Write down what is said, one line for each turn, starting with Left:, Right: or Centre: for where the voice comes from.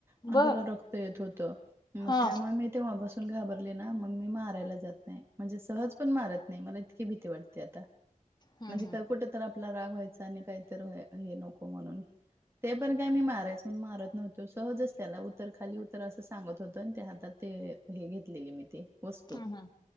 Right: अन
Left: बर
Right: त्याला रक्त येत होतं, मग
Left: हा
Right: त्यामुळे मी तेव्हापासून घाबरले ना, मग मी मारायला जात नाय, म्हणजे सहज पण मारत नाही, मला इतकी भीती वाटते आता,
Left: हम्म
Right: म्हणजे का कुठेतर आपला राग व्हायचा आणि काहीतरी व्हा हे नको म्हणून, ते पण काय मी मारायच पण मारत नव्हतो, सहजच त्याला उतर खाली उतर असं सांगत होतं आणि ते आात ते हे घेतलेले मी ते वस्तू.
Left: हम्म हम्म